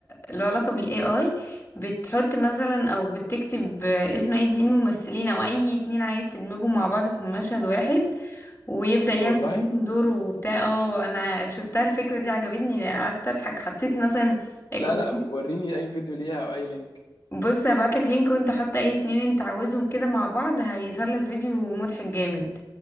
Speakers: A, on the left; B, on the left.
A: له علاقة بالاي اي بتحط مثلا او بتكتب اسم اي اتنين ممثلين او اي اتنين عايز تدمجهم مع بعض في مشهد واحد ويبدأ يعمل
B: والله
A: بينهم دور وبتاع اه انا شفتها الفكرة دي عجبتني قعدت اضحك حطيت مثلا آه،
B: لا
A: كنت
B: لا وريني اي فيديو ليها او اي لينك
A: بص هبعتلك لينك وانت حط اي اتنين انت عاوزهم كده مع بعض هيظهر لك فيديو مضحك جامد